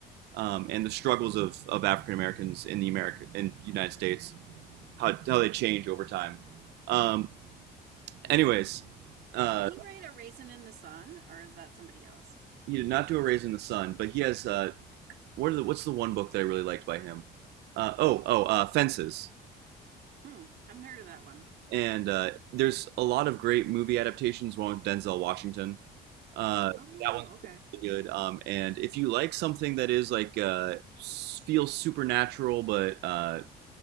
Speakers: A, on the right; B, on the right.
A: um, and the struggles of, of African Americans in the America in the United States, how how they change over time. Um, anyways, uh,
B: Did he write A Raisin in the Sun, or is that somebody else?
A: he did not do a raise in the sun, but he has uh, what are the, what's the one book that I really liked by him? Uh, oh, oh, uh, Fences.
B: Hmm, haven't heard of that one.
A: And uh, there's a lot of great movie adaptations. One with Denzel Washington. Uh,
B: Oh,
A: that one's
B: okay.
A: really good. Um, and if you like something that is like uh, feels supernatural but uh,